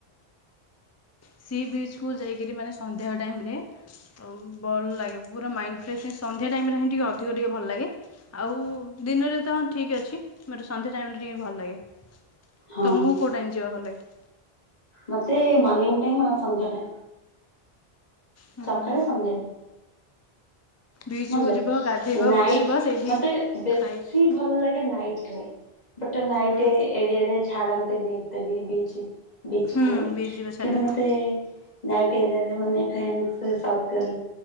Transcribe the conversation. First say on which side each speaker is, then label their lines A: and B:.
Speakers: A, on the left; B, on the left.
A: ସି ବିଚ୍ କୁ ଯାଇକିରି ମାନେ ସନ୍ଧ୍ୟା ଟାଇମରେ ତ ଭଲ ଲାଗେ ପୁରା ମାଇଣ୍ଡ ଫ୍ରେଶ ସନ୍ଧ୍ୟା ଟାଇମ ରେ ହିଁ ଟିକେ ଅଧିକ ଟିକେ ଭଲ ଲାଗେ। ଆଉ ଦିନରେ ତ ହଁ ଠିକ୍ ଅଛି ମଟ ସନ୍ଧ୍ୟା ଟାଇମଟା ଟିକେ ଭଲ ଲାଗେ।
B: ହଁ
A: ତମକୁ କୋଉ ଟାଇମ ଯିବାକୁ ଭଲଲାଗେ?
B: ମୋତେ ମର୍ଣ୍ଣିଂ ଟାଇମ୍ ଆଉ ସନ୍ଧ୍ୟା ଟାଇମ୍।
A: ହୁଁ
B: ସକାଳେ
A: ହୁଁ
B: ସନ୍ଧ୍ୟାରେ।
A: ବିଚ୍କୁ
B: ଭଲ ଲାଗେ
A: ଯିବ ଗାଧେଇବ
B: ନାଇଟ
A: ବସିବ ସେଇଠି
B: ମତେ ବେଶୀ
A: ଖାଇ
B: ଭଲ ଲାଗେ ନାଇଟ ରେ ବଟ ନାଇଟ
A: ହୁଁ
B: ଏରିଆ ଛାଡ଼ନ୍ତିନି ଏତେ ବି ବିଚ ବିଚ୍
A: ହୁଁ
B: କୁ
A: ବିଚ୍ ଯିବ ଛାଡ଼ିବେନି
B: କିନ୍ତୁ ମତେ ନାଇଟ୍ ଏରରେ ମାନେ ଫ୍ରେଣ୍ଡସ୍ ସର୍କଲ